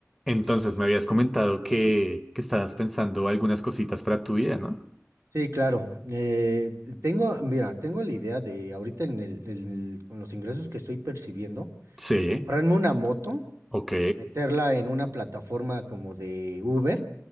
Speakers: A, in the centre; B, on the right (about 65°).
A: Entonces me habías comentado que, que estabas pensando algunas cositas para tu vida, ¿no?
B: Sí, claro. Eh, tengo, mira, tengo la idea de ahorita en el, en el- con los ingresos que estoy percibiendo,
A: Sí,
B: comprarme una moto,
A: ok,
B: meterla en una plataforma como de Uber